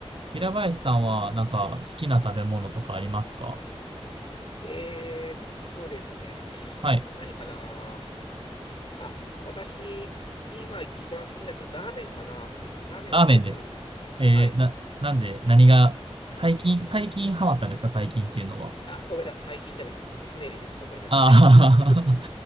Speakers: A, on the right; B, on the left.
A: 平林さんは、なんか、好きな食べ物とかありますか
B: はえーっとですね、
A: はい。
B: 何かな。あ、私、今一番好きになってるラーメンかな。ラーメン好きです。
A: ラーメンです。
B: はい。
A: えー、な、なんで、何が、最近、最近ハマったんですか最近っていうのは。
B: あ、ごめんなさい。最近じゃない。ず常にです。ごめんなさい。
A: ああ
B: <laughs>